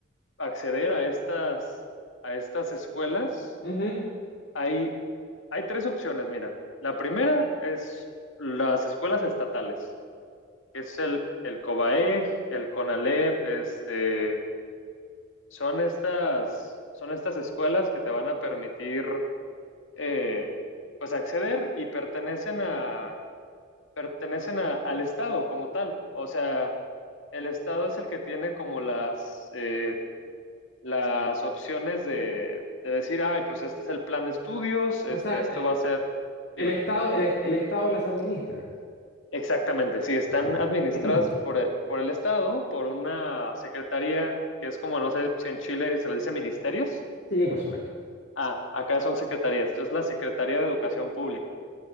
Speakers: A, on the left; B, on the left.
A: acceder a estas, a estas escuelas,
B: Ujú.
A: Hay, hay tres opciones, mira. La primera es las escuelas estatales, que es el, el COBAEJ, el CONALEP, este, son estas, son estas escuelas que te van a permitir eh, pues acceder y pertenecen a, pertenecen a- al Estado como tal. O sea, el Estado es el que tiene como las, eh, las opciones de, de decir, ay, pues este es el plan de estudios, este,
B: O sea,
A: esto
B: eh,
A: va a ser,
B: el
A: dime.
B: Estado, el, est- el Estado las administra.
A: Exactamente, sí, están
B: Perfecto.
A: administradas
B: <clears throat>
A: por el, por el Estado, por una secretaría que es como, no sé si en Chile se les dice ministerios.
B: Sí, por supuesto.
A: Ah, acá son secretarías, esto es la Secretaría de Educación Pública.